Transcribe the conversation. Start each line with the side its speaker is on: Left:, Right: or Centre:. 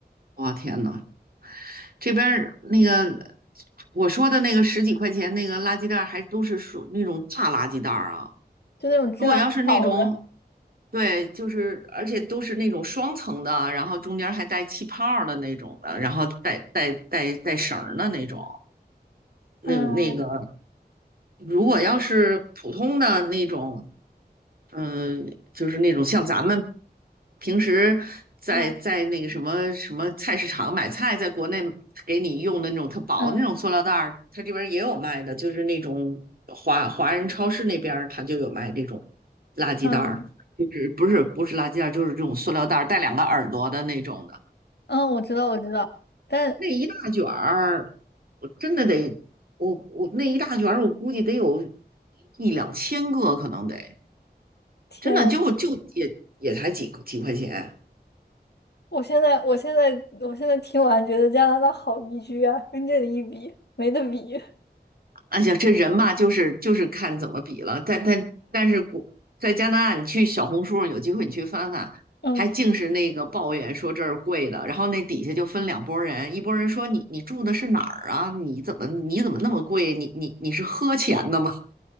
Right: 我天呐，这边儿那个我说的那个十几块钱那个垃圾袋，还都是属那种大垃圾袋儿啊。
Left: 就那种质量很好的，
Right: 如果要是那种，对，就是而且都是那种双层的，然后中间还带气泡儿的那种的，然后带带带带绳儿的那种，那那个。
Left: 嗯
Right: 如果要是普通的那种，嗯、就是那种像咱们平时在在那个什么什么菜市场买菜，
Left: 啊
Right: 在国内给你用的那种特薄的那种塑料袋儿，
Left: 嗯
Right: 它这边儿也有卖的，就是那种华华人超市那边儿它就有卖这种垃圾袋儿，
Left: 嗯。
Right: 就是不是不是垃圾袋儿，就是这种塑料袋儿带两个耳朵的那种的。
Left: 嗯，我知道，我知道，但
Right: 那一大卷儿，我真的得，我我那一大卷儿，我估计得有一两千个，可能得
Left: 天，
Right: 真的就就也也才几几块钱。
Left: 我现在，我现在，我现在听完觉得加拿大好宜居啊，跟这里一比，没得比。
Right: 而呀，这人嘛，就是就是看怎么比了。但但但是国在加拿大，你去小红书上有机会你去翻翻，
Left: 嗯，
Right: 还净是那个抱怨说这儿贵的，然后那底下就分两拨人，一拨人说你你住的是哪儿啊？你怎么你怎么那么贵？你你你是喝钱的吗？